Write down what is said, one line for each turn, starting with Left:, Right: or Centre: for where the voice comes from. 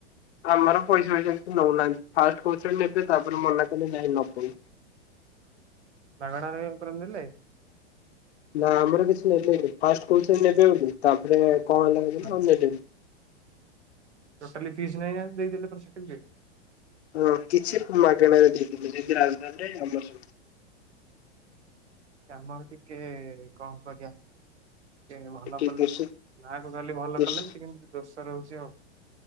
Left: ଆମର ପଇସା ଫଇସା କିଛି ନଉନାହାନ୍ତି ଫାଷ୍ଟ କହୁଛନ୍ତି ନେବେ ତାପରେ ମନା କଲେ ନାଇଁ ନବନି
Right: ମାଗଣାରେ <unintelligible> ଦେଲେ?
Left: ନା ଆମର କିଛି ନେଲେନି ଫାଷ୍ଟ କଉଚନ୍ତି ନେବେ ବୋଲି ତାପରେ କଣ ହେଲା
Right: ହୁଁ
Left: ନା ନେଲେନି
Right: ଟୋଟାଲ ଫିସି ନେଇ ନାହାନ୍ତି ଦେଇ ଦେଲେ ପୁରା <unintelligible>
Left: ହଁ କିଛି ମାଗଣାରେ ଦେଇଥିଲେ ଯେମିତି ରାଜଧାନୀରେ ଆମର
Right: ଆମର ଟିକେ କଣ କରିବା? ଏଁ ଭଲ
Left: ଟିକେ
Right: କଲେଜ
Left: ଦୋଷ
Right: ନାଁ କୁ ଖାଲି ଭଲ
Left: ଦୋଷ
Right: କଲେଜ ଟିକେ କିନ୍ତୁ ଦୋଷ ରହୁଛି ଆଉ।